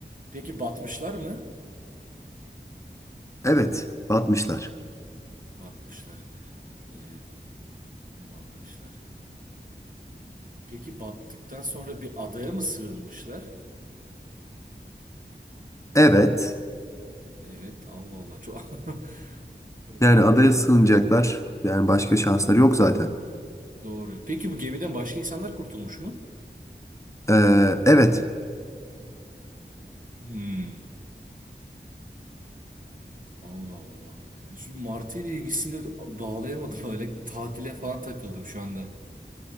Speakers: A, on the right; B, on the left.
A: Peki batmışlar mı?
B: Evet. Batmışlar.
A: Batmışlar. E, batmışlar. Peki battıktan sonra bir adaya mı sığınmışlar?
B: Evet.
A: Evet, Allah Allah. Çok... <laughs> Ee,
B: Yani adaya sığınacaklar. Yani başka şansları yok zaten.
A: doğru. Peki bu gemiden başka insanlar kurtulmuş mu?
B: Ee, evet.
A: Hmm. Allah Allah. Şu Martı ile ilgisini de bağlayamadım <laughs> öyle. Tatile falan takıldım şu anda.